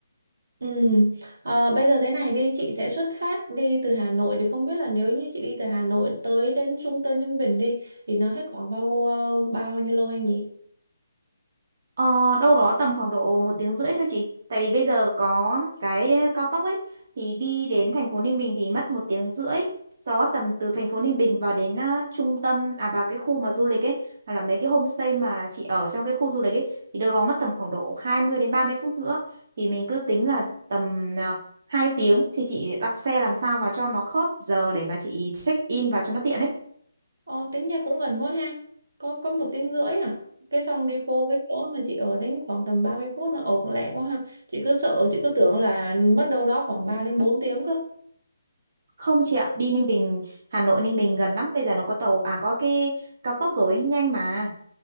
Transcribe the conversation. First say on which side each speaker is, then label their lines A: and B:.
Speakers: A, on the right; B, on the right.
A: Ừ. Ờ, bây giờ thế này đi chị sẽ xuất phát đi từ Hà Nội thì không biết là nếu như chị đi từ Hà Nội tới đến Trung Tân Ninh Bình đi thì nó hết khoảng bao ờ, bao nhiêu lâu em nhỉ?
B: Ờ, đâu đó tầm khoảng độ một tiếng rưỡi thôi chị. Tại vì bây giờ có cái cao tốc ấy thì đi đến thành phố Ninh Bình thì mất một tiếng rưỡi. Sau đó tầm từ thành phố Ninh Bình vào đến ờ, trung tâm à vào cái khu mà du lịch ấy hoặc là mấy cái homestay mà chị ở trong cái khu du lịch ấy thì đâu đó mất tầm khoảng độ 20 đến 30 phút nữa thì mình cứ tính là tầm uh, 2 tiếng thì chị đặt xe làm sao mà cho nó khớp giờ để mà chị check in vào cho nó tiện ấy.
A: Ờ, tính ra cũng gần quá ha. Có có một tiếng rưỡi à? Cái xong đi vô cái chỗ mà chị ở đến khoảng tầm ba mươi phút nó ở cũng lẹ quá ha. Chị cứ sợ chị cứ tưởng là mất đâu đó khoảng 3 đến 4 tiếng cơ.
B: Không chị ạ, đi Ninh Bình, Hà Nội Ninh Bình gần lắm, bây giờ nó có tàu à có cái cao tốc rồi, nhanh mà.